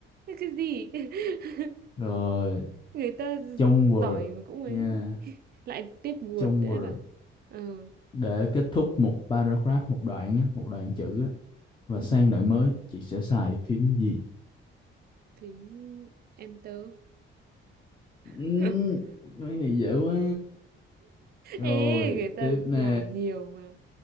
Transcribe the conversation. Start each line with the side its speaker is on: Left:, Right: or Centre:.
Right: dễ- cái gì? <laughs>
Left: rồi
Right: Người ta
Left: trong Word
Right: giỏi mà cũng ấy.
Left: nha
Right: Lại tiếp buột
Left: trong
Right: đấy
Left: Word
Right: bà. Ờ,
Left: để kết thúc một paragraph một đoạn á, một đoạn chữ á, và
Right: ừm,
Left: sang đoạn mới chị sẽ xài phím gì
Right: Phím enter.
Left: Ừm,
Right: <laughs>
Left: mấy này dễ quá rồi
Right: Ê, người ta
Left: tiếp nè
Right: làm nhiều mà.